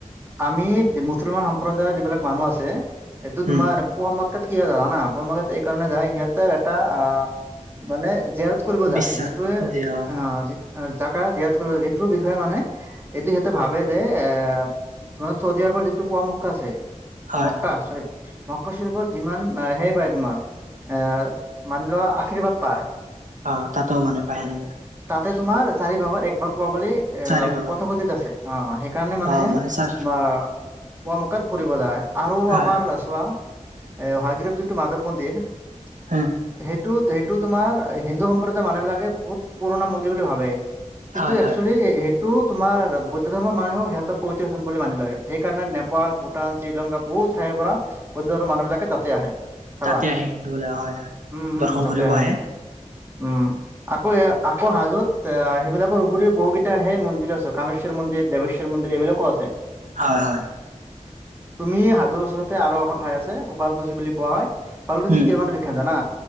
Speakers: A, on the right; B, on the right.
A: আমি মুছলমান সম্প্ৰদায়ৰ যিবিলাক মানুহ আছে এইটো তোমাৰ
B: উম
A: পুৱ ম <unintelligible> কি হয় জানা ন এই কাৰণে যায় সিহঁতৰ এটা আহ মানে <unintelligible> দিয়াৰ কৰিব যায়
B: বিশ্বাস
A: যিটোৱে
B: যে অ
A: এ অ যাক মক্কা ধ্যান কৰো যিটোৰ বিষয়ে মানে এইটো সিহঁতে ভাবে যে এ তোমাৰ চৌদিয়াৰ পৰা যিটো পোৱা ম কছে
B: হয়
A: মক্কা চৰি মক্কা চৰি পৰা যিমান আহে যায় তোমাৰ এ মানি লোৱা আশীৰ্বাদ পায়
B: অ তাতো মানে পায় সেনেকে
A: ত তোমাৰ চাৰি ভাগত এক ভাগ পোৱা বুলি
B: চাৰি ভাগত
A: কথা কথিত আছে অ কাৰণে মানুহে
B: অ মানে চা
A: বা পুৱ মকাত ফুৰিব যায় আৰু
B: হয়
A: আমাৰ চোৱা এাগ্ৰীৱ যিটো মাধৱ মন্দিৰ <unintelligible>
B: হা
A: সেটো সেইটো তোমাৰ হিন্দু সম্প্ৰদায়ৰ মানুহ বিলাকে বহুত পুৰণা মন্দিৰ বুলি ভাবে কিন্তু
B: হয়
A: একচুৱেলি
B: হয়
A: সেইটো তোমাৰ বুদ্ধ ধৰ্মৰ মানুহেও সিহঁত <unintelligible> মানি লয় সেইকাৰণে নেপাল ভূটান শ্ৰীলংকা বহুত ঠাইৰ পৰা গুজৰাটৰ মানুহবিলাকে তাতে আহে <unintelligible> চাবা
B: তাতে আহি ঘুৰিবলৈ হয় হয়
A: উম হম
B: দৰ্শন
A: তাতে
B: কৰিব
A: হয়
B: আহে
A: উম আকৌ এ আকৌ হাজোত সেইবিলাকৰ উপৰিও বহুকেইটাহে মন্দিৰ আছে কামেশ্বৰ মন্দিৰ দেৱেশ্বৰ মন্দিৰ এইবিলাক কত আছে
B: হয় হয়
A: তুমি হাজৰ ওচৰতে আৰু এখন ঠাই আছে শোফালকুছি বুলি কোৱা হয় <unintelligible> শুৱালকুছি
B: উম
A: কিহৰ কাৰণে বিখ্যাত জানা